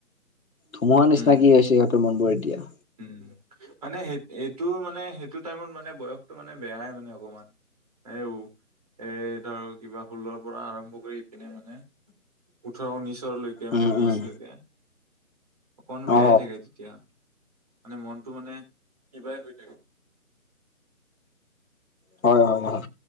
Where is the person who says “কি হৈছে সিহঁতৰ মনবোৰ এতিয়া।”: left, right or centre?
Left